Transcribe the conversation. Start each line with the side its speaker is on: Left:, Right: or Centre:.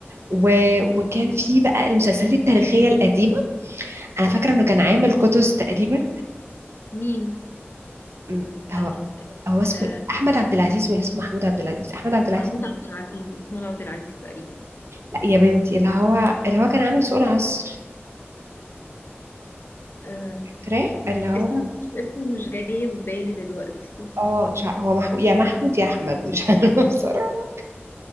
Right: و... وكان في بقى المسلسلات التاريخيه القديمه انا فاكره انه كان عامل كتس تقريبا
Left: مين
Right: م- هو
Left: آه، آه،
Right: هو اسمه
Left: آه،
Right: إيه؟ احمد عبد العزيز ولا اسمه محمود عبد العزيز احمد عبد العزيز
Left: محمود عبد العزيز محمود عبد العزيز تقريبا
Right: لا يا بنتي اللي هو اللي هو كان عامل سوق العصر
Left: آه
Right: فاكراه اللي هو
Left: اسمه مش اسمه مش جاي في بالي دلوقتي
Right: اه مش عارف هو محمود يا محمود يا احمد مش عارفه <laughs> بصراحه